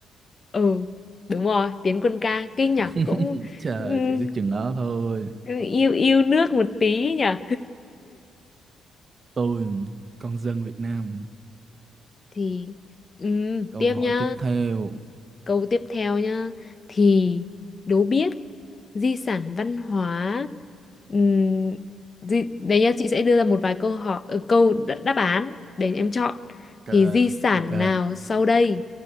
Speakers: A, on the left (about 35°); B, on the right (about 40°).
A: ừ đúng rồi Tiến Quân ca kinh
B: <laughs>
A: nhở cũng
B: Trời,
A: ừm,
B: chỉ có chừng đó thôi.
A: yêu yêu nước một tí nhở
B: Tôi, con dân Việt Nam.
A: thì ừm,
B: Câu
A: tiếp
B: hỏi
A: nhá
B: tiếp theo.
A: câu tiếp theo nhá thì đố biết di sản văn hóa ừm, di, đấy nhá chị sẽ đưa ra một vài câu hỏi ờ, câu đ- đáp án để em chọn
B: Ok,
A: thì di sản
B: ok.
A: nào sau đây